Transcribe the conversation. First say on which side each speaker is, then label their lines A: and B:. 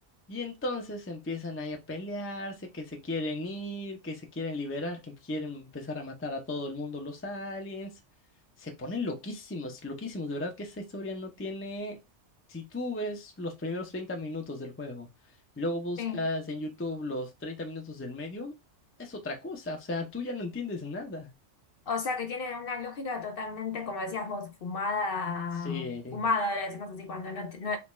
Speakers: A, on the left; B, on the left.
A: Y entonces empiezan ahí a pelearse, que se quieren ir, que se quieren liberar, que quieren empezar a matar a todo el mundo los aliens. Se ponen loquísimos, loquísimos. De verdad que esta historia no tiene... Si tú ves los primeros 30 minutos del juego. Luego buscas
B: Sí.
A: en YouTube los 30 minutos del medio, es otra cosa, o sea, tú ya no entiendes nada.
B: O sea que tiene una lógica totalmente, como decías vos, fumada,
A: Se
B: fumada, le decimos así, cuando no, te- no-